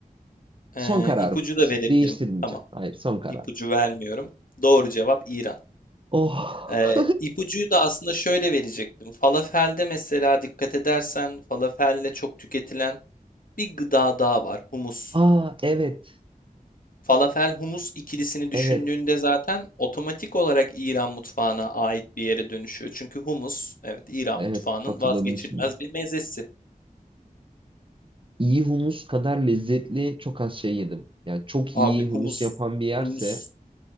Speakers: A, on the right; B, on the left.
A: Son
B: Ee,
A: kararım.
B: ipucu da verebilirim.
A: Değiştirmeyeceğim.
B: Tamam.
A: Hayır, son kararım.
B: İpucu vermiyorum. Doğru cevap İran.
A: Oh.
B: Ee, ipucuyu da aslında şöyle verecektim. Falafelde mesela dikkat edersen falafelle çok tüketilen bir gıda daha var. Humus.
A: Aa, evet.
B: Falafel humus ikilisini
A: Evet.
B: düşündüğünde zaten otomatik olarak İran mutfağına ait bir yere dönüşüyor. Çünkü humus evet İran
A: Evet.
B: mutfağının
A: Hatırladım
B: vazgeçilmez
A: şimdi.
B: bir mezesi.
A: İyi humus kadar lezzetli çok az şey yedim. Yani çok iyi
B: Abi
A: humus
B: humus
A: yapan bir yerse
B: humus